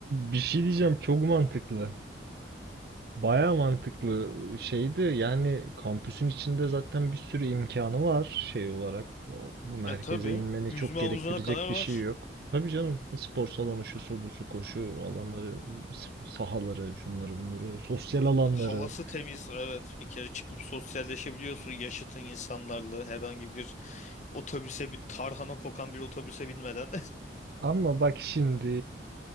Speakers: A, on the right (about 55°); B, on the left (about 40°).
A: Bir şey diyeceğim çok mantıklı. Baya mantıklı şeydi yani kampüsün içinde zaten bir sürü imkanı var şey olarak. O- Bu merkeze
B: E tabii.
A: inmeni
B: Yüzme
A: çok gerektirecek
B: havuzuna kadar var.
A: bir şey yok. Tabii canım spor salonu şusu busu koşu alanları sp- sahaları şunları bunları sosyal alanları.
B: Havası temiz evet bir kere çıkıp sosyalleşebiliyorsun yaşıtın insanlarla herhangi bir otobüse bir tarhana kokan bir otobüse binmeden
A: Ama bak şimdi